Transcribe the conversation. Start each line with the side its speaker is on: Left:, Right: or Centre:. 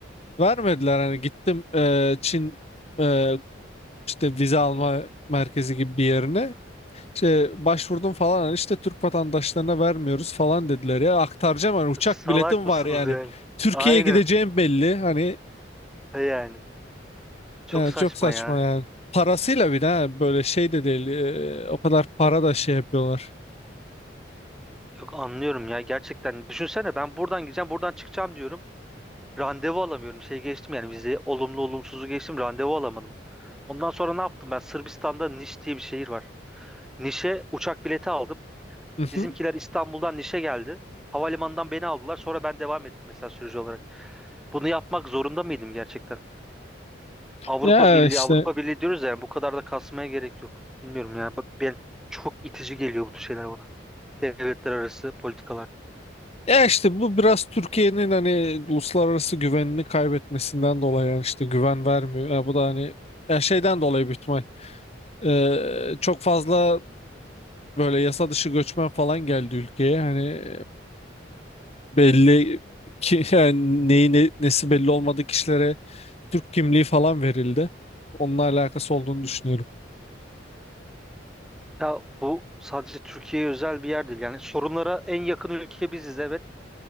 Left: Vermediler hani gittim e, Çin e, işte vize alma merkezi gibi bir yerine. İşte başvurdum falan hani işte Türk vatandaşlarına vermiyoruz falan dediler ya aktaracağım hani uçak
Centre: Salak
Left: biletim
Centre: mısınız
Left: var yani.
Centre: yani?
Left: Türkiye'ye
Centre: Aynen.
Left: gideceğim belli hani
Centre: He Yani. Çok
Left: yani
Centre: saçma
Left: çok saçma
Centre: ya.
Left: yani. Parasıyla bir de ha, böyle şey de değil e, o kadar para da şey yapıyorlar.
Centre: Yok anlıyorum ya gerçekten. Düşünsene ben buradan gideceğim, buradan çıkacağım diyorum. Randevu alamıyorum. Şey geçtim yani vize olumlu olumsuzu geçtim. Randevu alamadım. Ondan sonra ne yaptım? Ben Sırbistan'da Niş diye bir şehir var. Niş'e uçak bileti aldım.
Left: Hı hı.
Centre: Bizimkiler İstanbul'dan Niş'e geldi. Havalimanından beni aldılar. Sonra ben devam ettim mesela sürücü olarak. Bunu yapmak zorunda mıydım gerçekten? Avrupa
Left: Ya
Centre: Birliği,
Left: işte
Centre: Avrupa Birliği diyoruz ya yani bu kadar da kasmaya gerek yok. Bilmiyorum ya. Ben çok itici geliyor bu tür şeyler bana. Devletler arası politikalar.
Left: Ya işte bu biraz Türkiye'nin hani uluslararası güvenini kaybetmesinden dolayı yani işte güven vermiyor. Ya bu da hani ya şeyden dolayı büyük ihtimal. Ee, çok fazla böyle yasa dışı göçmen falan geldi ülkeye. Hani belli ki <laughs> yani neyi ne- nesi belli olmadığı kişilere Türk kimliği falan verildi. Onunla alakası olduğunu düşünüyorum.
Centre: Ya bu sadece Türkiye'ye özel bir yer değil. Yani sorunlara en yakın ülke biziz evet.